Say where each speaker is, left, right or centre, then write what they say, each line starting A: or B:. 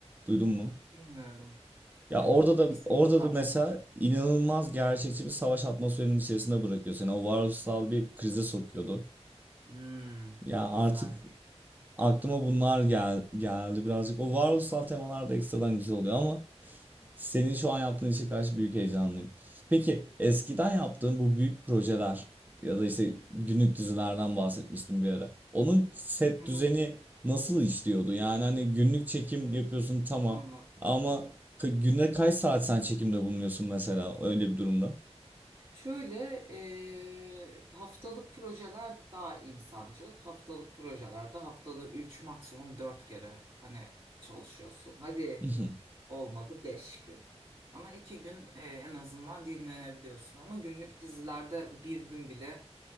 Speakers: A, on the right (about 15°); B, on the right (about 45°).
A: Duydun mu?
B: Bilmiyorum.
A: Ya
B: Bilemedim.
A: orada da
B: İsim
A: orada
B: hafızam
A: da mesela
B: çok kötü.
A: inanılmaz gerçekçi bir savaş atmosferinin içerisinde bırakıyor seni. O varoluşsal bir krize sokuyordu.
B: Hmm,
A: Ya artık
B: güzel.
A: aklıma bunlar gel geldi birazcık. O varoluşsal temalar da ekstradan güzel oluyor ama senin şu an yaptığın işe karşı büyük heyecanlıyım. Peki eskiden yaptığın bu büyük projeler ya da işte günlük dizilerden bahsetmiştim bir ara. Onun set
B: Hı-hı.
A: düzeni nasıl işliyordu? Yani hani günlük çekim yapıyorsun tamam
B: Anladım.
A: ama ka- günde kaç saat sen çekimde bulunuyorsun mesela öyle bir durumda?
B: Şöyle eee, haftalık projeler daha insancıl. Haftalık projelerde haftada üç maksimum 4 kere hani çalışıyorsun. Hadi
A: <laughs>
B: olmadı 5 gün. Ama 2 gün eee, en azından dinlenebiliyorsun. Ama günlük dizilerde bir gün bile